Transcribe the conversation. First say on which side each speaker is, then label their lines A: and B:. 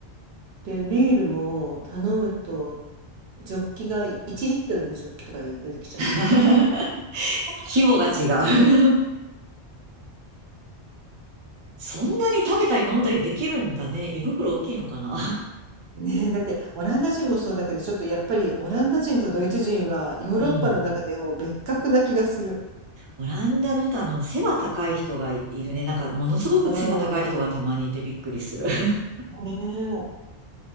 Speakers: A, on the right (about 65°); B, on the right (about 35°).
A: で、ビールも頼むと、ジョッキが1リットルのジョッキとかで出てきちゃって。
B: <laughs> 規模が違う。そんなに食べたり飲んだりできるんだね。胃袋大きいのかな。<laughs>
A: ねえ、だってオランダ人もそうだけど、ちょっとやっぱりオランダ人とドイツ人はヨーロッパの中でも別格な気がする。
B: うん。オランダの人、あの、背が高い人がいるね。なんか、ものすごく背が高い人がたまにいてびっくりする。
A: うーん。
B: <laughs>
A: ねえ。